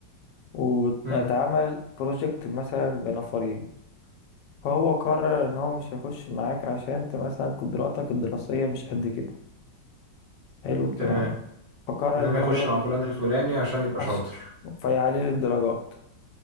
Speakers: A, on the left (about 75°); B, on the right (about 75°).
A: واتعمل
B: امم
A: بروجكت مثلا بنفرين فهو قرر ان هو مش هيخش معاك عشان انت مثلا قدراتك الدراسية مش قد كده حلو الكلام
B: تمام
A: فقرر
B: انما
A: ان هو
B: يخش
A: يروح
B: مع فلان الفلاني عشان يبقى
A: عش...
B: شاطر
A: فيعلي الدرجات